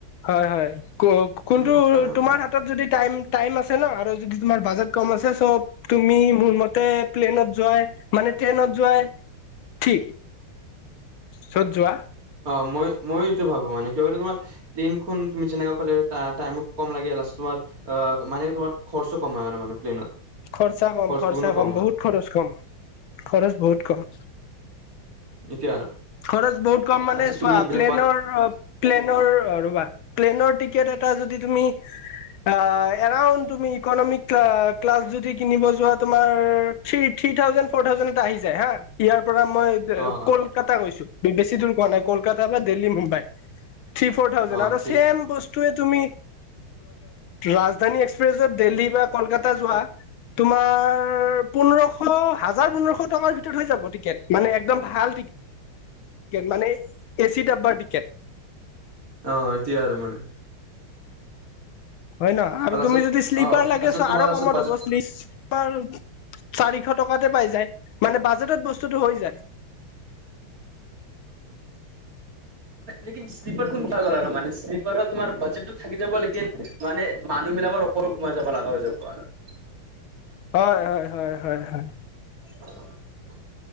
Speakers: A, on the left (about 75°); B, on the right (about 40°).
A: হয় হয় ক কোনটো
B: উম
A: তোমাৰ হাতত যদি টাইম টাইম আছে ন আৰু যদি তোমাৰ বাজেট কম আছে চ' তুমি মোৰ মতে প্লেনত যোৱাই মানে ট্ৰেইনত যোৱাই ঠিক চত যোৱা
B: অ মই মইতটো ভাবো মান কিবলে তোমাৰ প্লেনখন তুমি যেনেুৱা কলে টাইমো কম লাগে আৰু তোমাৰ অ মানে তোমাৰ খৰচ কমাই আৰু মানে প্লেনত
A: খৰচা কম,
B: খৰচ
A: খৰচা
B: গুণো
A: কম,
B: হয়
A: বহুত খৰচ কম। খৰচ বহুত কম।
B: সেইটোৱেই আৰু।
A: খৰচ বহুত কম মানে
B: আচ্ছা
A: চোৱা,
B: তুমি বেলেগ
A: প্লেনৰ
B: বাত
A: প্লেনৰ ৰবা। প্লেনৰ টিকেট এটা যদি তুমি, অ এনেও তুমি ইকনমিক আ ক্লাছ যদি কিনিব যোৱা তোমাৰ থ্ৰী ফি থ্ৰী থাউজেণ্ড ফৰ থাউজেণ্ড এটা আহি যায় হা। ইয়াৰ পৰা মই
B: অ', অ',
A: কল বি পি ছি টো কোৱা নাই কলকাতাৰ পৰা Delhi, Mumbai. Three four thousand
B: অ',
A: এটা
B: ঠিক
A: ছেম বস্তু তুমি ৰাজধানী এক্সপ্ৰেছত দিল্লী বা কলকাতা যোৱা, তোমাৰ পোন্ধৰশ, হাজাৰ পোন্ধৰশ টকাৰ ভিতৰত হৈ যাব টিকেট। মানে একদম ভাল টিকে কেট। মানে এ চি ডাব্বাৰ টিকেট।
B: অ এতিয়াৰ মানে।
A: হয় নহ, আৰু
B: লাষ্টত
A: তুমি যদি শ্লিপাৰ
B: অ',
A: লাগে
B: আচ্ছা
A: চ
B: তোমাৰ
A: আৰু
B: আছে
A: কমত
B: বাজেট
A: হ'ব। <unintelligible> চাৰিশ টকাতে পাই যায়। মানে বাজেটত বস্তুটো হৈ যায়।
B: লেকিন শ্লিপাৰ কোন গ'ল আৰু মানে শ্লিপাৰ তোমাৰ বাজেটতো থাকি যাব লেকিন মানে মানুহ বিলাকৰ উপৰত ঘোমাই যাব লগা হৈ যাব আৰু।
A: হয় হয়, হয় হয় হয়।
B: <unintelligible> <inaudible>